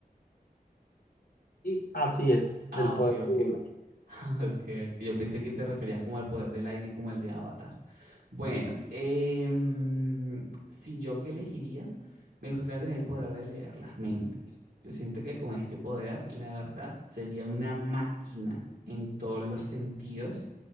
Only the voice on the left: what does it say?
Y así es,
el
poder
volar.